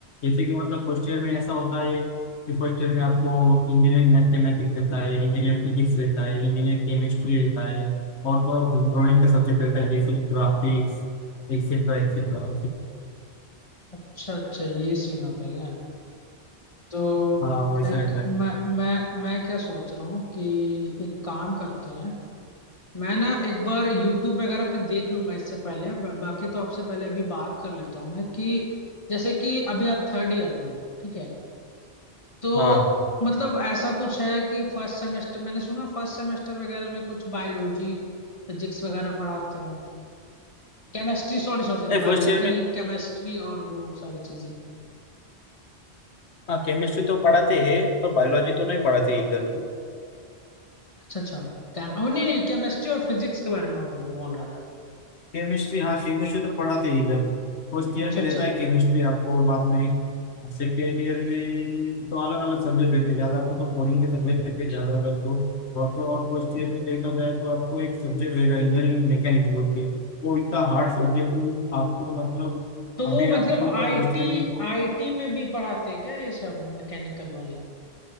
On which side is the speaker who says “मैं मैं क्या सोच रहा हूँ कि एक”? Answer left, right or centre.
Left